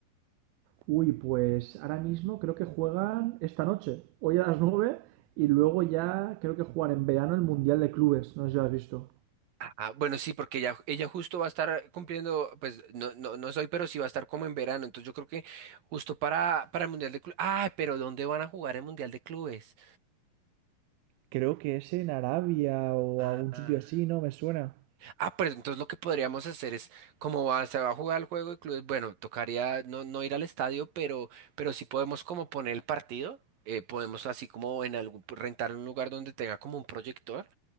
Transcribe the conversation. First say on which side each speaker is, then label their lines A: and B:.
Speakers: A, on the right (about 80°); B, on the right (about 65°).
A: Uy, pues ahora mismo creo que juegan esta noche, hoy a las 9 y luego ya creo que juegan en verano el Mundial de Clubes. No sé si lo has visto.
B: Ah, ah, bueno, sí, porque ella, ella justo va a estar cumpliendo, pues no, no, no soy, pero sí va a estar como en verano. Entonces yo creo que justo para, para el Mundial de Clubes. Ah, pero ¿dónde van a jugar el Mundial de Clubes?
A: Creo que es en Arabia o
B: Ah.
A: algún sitio así, ¿no? Me suena.
B: Ah, pero entonces lo que podríamos hacer es, como va- se va a jugar el juego de clubes, bueno, tocaría no, no ir al estadio, pero, pero sí podemos como poner el partido, eh, podemos así como en algún, rentar un lugar donde tenga como un proyector